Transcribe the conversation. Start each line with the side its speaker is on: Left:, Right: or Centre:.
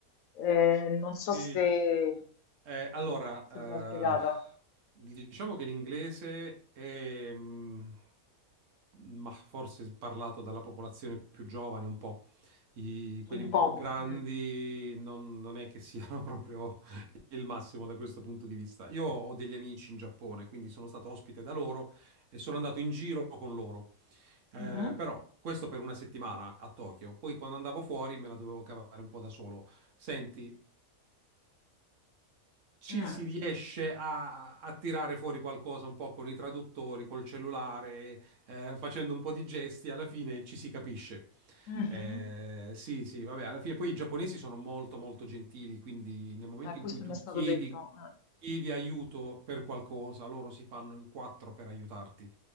Left: Eh, non so
Right: Sì,
Left: se,
Right: Eh, allora,
Left: se mi sono spiegata
Right: eh, diciamo che l'inglese è, mh, ma forse parlato dalla popolazione più giovane un po'. I- quelli
Left: un
Right: un po'
Left: po'.
Right: più grandi
Left: Mm.
Right: non, non è che siano <laughs> proprio il massimo da questo punto di vista. Io ho degli amici in Giappone, quindi sono stato ospite da loro e sono andato in giro con loro. Eh,
Left: Mhm.
Right: però questo per una settimana a Tokyo. Poi quando andavo fuori me la dovevo cavare un po' da solo. Senti, ci
Left: Mm.
Right: si riesce a, a tirare fuori qualcosa un po' con i traduttori, col cellulare, eh, facendo un po' di gesti, alla fine ci si capisce.
Left: Mhm.
Right: Eh, sì, sì, vabbè, alla fine poi i giapponesi sono molto, molto gentili, quindi nel momento
Left: Eh, questo
Right: in cui tu
Left: mi è stato
Right: chiedi,
Left: detto. Eh,
Right: chiedi aiuto per qualcosa, loro si fanno in quattro per aiutarti.